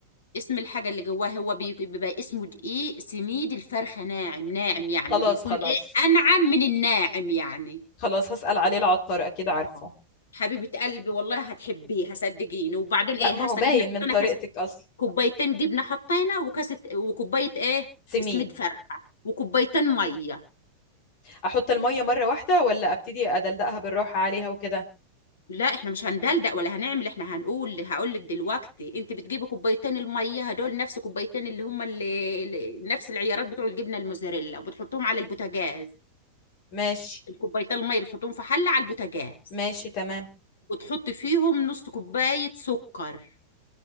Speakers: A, on the left; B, on the left.
A: اسم الحاجة اللي جواه هو بي- بيبقى اسمه دقيق سميد الفرخة ناعم ناعم يعني
B: خلاص
A: بيكون
B: خلاص
A: ايه أنعم من الناعم يعني
B: خلاص هسأل عليه العطار أكيد عارفه
A: آه. حبيبة قلبي والله هتحبيه صدقيني وبعدين
B: لا
A: ايه
B: ما
A: هسه
B: هو باين
A: جبنا حطينا
B: من طريقتك
A: كاس
B: أصلا
A: كوبايتين جبنة حطينا وكاسة وكوباية ايه
B: سميد
A: سميد فرخة وكوبايتين مية
B: أحط المية مرة واحدة ولا أبتدي أدلدقها بالراحة عليها وكده
A: لا احنا مش هندلدق ولا هنعمل احنا هنقول هقول لك دلوقتي انت بتجيبي كوبايتين الميه هدول نفس كوبايتين اللي هم اللي اللي- نفس العيارات بتوع الجبنه الموزاريلا وبتحطهم على البوتاجاز
B: ماشي
A: الكوبايتين الميه بتحطهم في حله على البوتاجاز
B: ماشي تمام
A: وتحطي فيهم نص كوبايه سكر